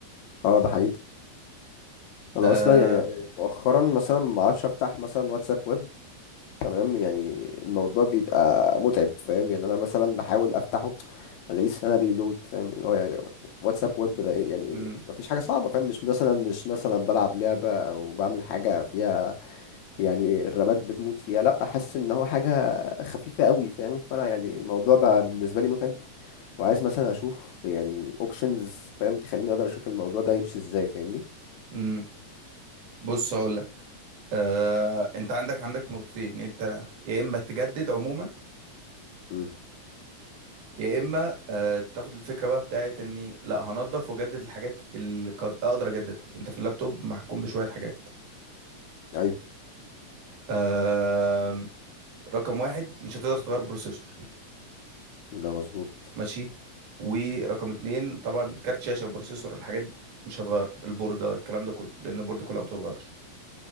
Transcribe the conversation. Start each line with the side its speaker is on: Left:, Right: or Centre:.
Left: اه ده حقيقي انا
Right: آه...
Left: اصلا يعني مؤخرا مثلا ما اعرفش افتح مثلا واتساب ويب تمام يعني الموضوع بيبقى متعب فاهم يعني انا مثلا بحاول افتحه الاقيه سنه بيلود فاهم اللي هو يعني واتساب ويب ده إيه؟ يعني
Right: مم.
Left: مفيش حاجه صعبه فاهم مش مثلا مش مثلا بلعب لعبه او بعمل حاجه فيها يعني الرامات بتموت فيها لا احس ان هو حاجه خفيفه قوي فاهم فانا يعني الموضوع بقى بالنسبه لي متعب وعايز مثلا اشوف يعني اوبشنز فاهم تخليني اقدر اشوف الموضوع ده يمشي ازاي فاهمني
Right: مم. بص هقولك آه، انت عندك عندك نقطتين انت يا اما تجدد عموما
Left: امم
Right: يا اما آه، تاخد الفكره بقى بتاعت اني لا هنضف واجدد الحاجات اللي قد اقدر اجددها انت في اللابتوب محكوم بشويه حاجات
Left: ايوه
Right: آه، رقم واحد مش هتقدر تغير بروسيسور
Left: ده مظبوط
Right: ماشي ورقم اتنين طبعا كارت شاشه بروسيسور الحاجات دي مش هتغيرها البورده الكلام ده كله لان البورده كلها ما بتتغيرش